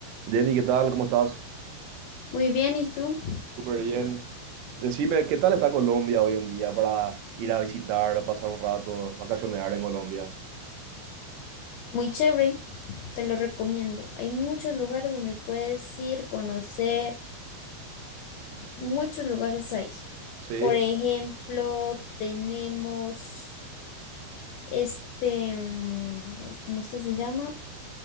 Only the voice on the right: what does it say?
Denny, ¿qué tal? ¿Cómo estás?
Súper bien. Decime, ¿qué tal está Colombia hoy en día para ir a visitar, pasar un rato, vacacionar en Colombia?
Sí,